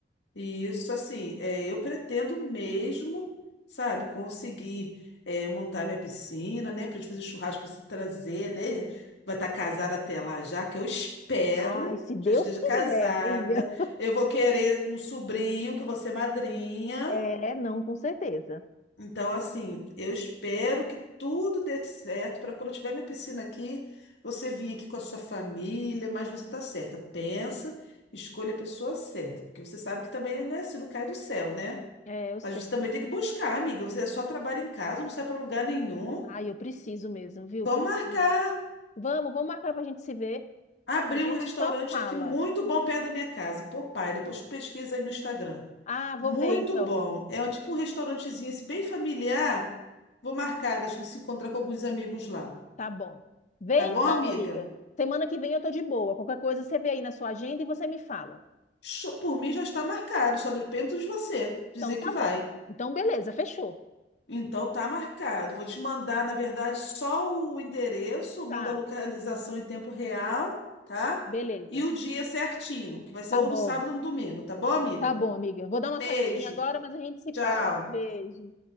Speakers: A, on the left; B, on the left.
A: E isso, assim, é, eu pretendo mesmo, sabe, conseguir é, montar minha piscina, né, pra gente fazer churrasco, se trazer, né, vai estar casada até lá já, que eu espero
B: Ai, se Deus
A: já esteja
B: quiser,
A: casada.
B: amiga.
A: Eu vou querer um sobrinho, que eu vou ser madrinha.
B: É, não, com certeza.
A: Então, assim, eu espero que tudo dê certo para quando eu tiver minha piscina aqui, você vir aqui com a sua família, mas você tá certa. Pensa, escolha a pessoa certa, porque você sabe que também não é assim, não cai do céu, né?
B: É, eu sei.
A: Mas você também tem que buscar, amiga. Você só trabalha em casa, não sai para lugar nenhum.
B: Ai, eu preciso mesmo, viu?
A: Vamos
B: Preciso.
A: marcar,
B: Vamos, vamos marcar pra gente se ver.
A: abrir
B: A gente
A: um restaurante
B: só fala.
A: aqui muito bom perto da minha casa. Pô, pai, depois pesquisa aí no Instagram.
B: Ah, vou
A: Muito
B: ver então.
A: bom. É o- tipo um restaurantezinho esse bem familiar. Vou marcar, a gente se encontra com alguns amigos lá.
B: Tá bom. Vê
A: Tá
B: então,
A: bom, amiga?
B: amiga. Semana que vem eu tô de boa. Qualquer coisa você vê aí na sua agenda e você me fala.
A: Cho- Por mim já está marcado, só depende de você dizer
B: Então tá
A: que vai.
B: bom. Então beleza, fechou.
A: Então tá marcado. Vou te mandar, na verdade, só o endereço, mando
B: Tá,
A: a localização em tempo real, tá?
B: beleza.
A: E o dia certinho, que vai ser
B: Tá
A: ou
B: bom.
A: no sábado ou no domingo, tá bom, amiga?
B: Tá bom, amiga. Vou dar uma
A: Beijo.
B: saidinha agora, mas a gente se
A: Tchau.
B: fala. Beijo.